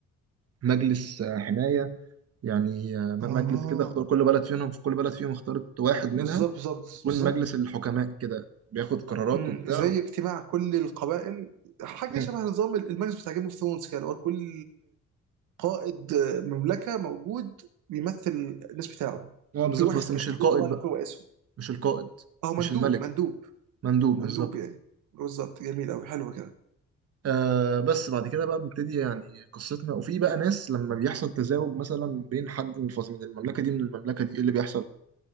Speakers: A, on the right; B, on the right.
A: مجلس حماية يعني آه، م-
B: اها
A: مجلس كده اختار كل بلد فيهم في كل بلد فيهم اختارت واحد
B: بالظبط
A: منها
B: بالظبط
A: يكون
B: بالظبط
A: مجلس الحكماء كده بياخد قرارات
B: مم.
A: وبتاع
B: زي اجتماع كل القبائل حاجه
A: مم.
B: شبه نظام المجلس بتاع جيم اوف ثرونز كده اللي هو كل قائد مملكه موجود بيمثل الناس بتاعه
A: اه بالظبط
B: في واحد
A: بس مش
B: بيختاروه
A: القائد
B: طبعا
A: بقى
B: يكون رئيسهم
A: مش القائد
B: او مندوب
A: مش الملك
B: مندوب
A: مندوب
B: مندوب
A: بالظبط
B: يعني بالظبط جميل قوي حلو كده
A: آه بس بعد كده بقى بنبتدي يعني قصتنا وفي بقى ناس لما بيحصل تزاوج مثلا بين حد من الفص- من المملكة دي من المملكة دي ايه اللي بيحصل؟